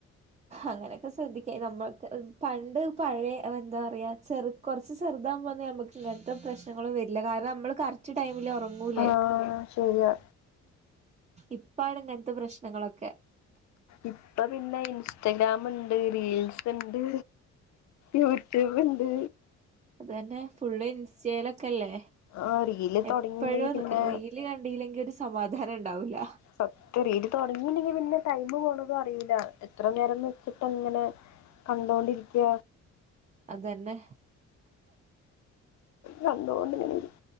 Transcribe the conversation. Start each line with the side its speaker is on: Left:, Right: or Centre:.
Right: അങ്ങനെയൊക്കെ ശ്രദ്ധിക്ക നമ്മൾക്ക് പണ്ട് പഴയ എന്താ പറയാ ചെറു കുറച്ച് ചെറുതാൻ പോക നമുക്കു ഇങ്ങനെത്തെ പ്രശ്നങ്ങളും വരില്ല കാരണം നമ്മള് കറക്റ്റ് ടൈമിൽ ഉറ ലേ
Left: ആഹ് ശരിയാ
Right: ഇപ്പാണ് ഇങ്ങനത്തെ പ്രശ്നങ്ങളൊക്കെ
Left: ഇപ്പൊ പിന്നെ ഇൻസ്റ്റഗ്രാം ഉണ്ട് റീൽസ് ഉണ്ട് യൂട്യൂബ് ണ്ട്
Right: അത് തന്നെ ഫുള്ള് ഇൻസ്റ്റലൊക്കെല്ലേ
Left: ആ റീല്
Right: എപ്പോഴും
Left: തുടങ്ങിയില്ലെങ്കിൽ പിന്നെ
Right: റീൽ ല് കണ്ടില്ലെങ്കി ഒരു സമാധാനം ഉണ്ടാവുല്ല
Left: സത്യ രീൽ തുടങ്ങിയില്ലെങ്കി പിന്നെ ടൈമ് പോണതും അറിയില്ല എത്ര നേരം വെച്ചിട്ട് അങ്ങനെ കണ്ടുകൊണ്ടിരിക്ക
Right: അതന്നെ
Left: കണ്ടുകൊണ്ട് ഇങ്ങനെ ഇരിക്ക